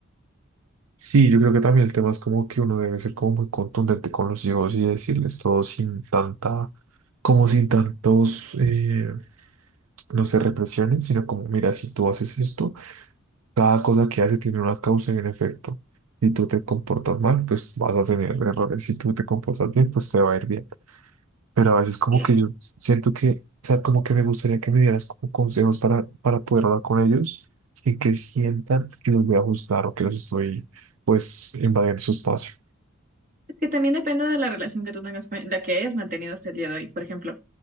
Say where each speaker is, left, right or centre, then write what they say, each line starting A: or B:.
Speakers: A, on the right; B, on the right.
A: Sí, yo creo que también el tema es como que uno debe ser como muy contundente con los hijos y decirles todo sin tanta, como sin tantos... eh, no se represionen, sino como, mira, si tú haces esto, cada cosa que haces tiene una causa y un efecto. Si tú te comportas mal, pues vas a tener errores. Si tú te comportas bien, pues te va a ir bien. Pero a veces como
B: Y
A: que yo siento que, o sea, como que me gustaría que me dieras como consejos para, para poder hablar con ellos sin que sientan que los voy a juzgar o que los estoy, pues, invadiendo su espacio.
B: Que también depende de la relación que tú tengas con la que hayas mantenido hasta el día de hoy. Por ejemplo,